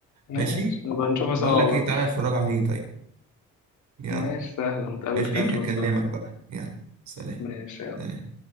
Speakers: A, on the left; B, on the right.
A: ماشي
B: ماشي
A: نبقى نشوفه سوا
B: بقول لك
A: بقى
B: ايه تعالى اتفرج عليه طيب يلا
A: ماشي سهل نتقابل
B: ماشي
A: كده نشوفه
B: اكلمك
A: سوا
B: بقى يلا سلام
A: ماشي
B: سلام.